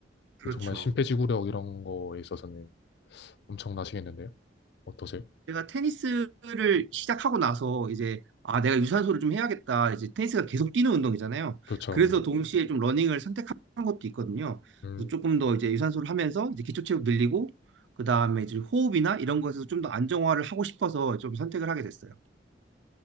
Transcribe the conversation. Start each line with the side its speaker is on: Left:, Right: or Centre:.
Right: 그렇죠.
Left: 그 정말 심폐지구력 이런 거에 있어서는 엄청나시겠는데요? 어떠세요?
Right: 제가 테니스를 시작하고 나서 이제 아 내가 유산소를 좀 해야겠다 이제 테니스가 계속 뛰는 운동이잖아요.
Left: 그렇죠,
Right: 그래서
Left: 네.
Right: 동시에 좀 러닝을 선택한 것도 있거든요.
Left: 음,
Right: 그래서 조금 더 이제 유산소를 하면서 이제 기초 체력 늘리고 그다음에 이제 호흡이나 이런 것에서 좀 더 안정화를 하고 싶어서 좀 선택을 하게 됐어요.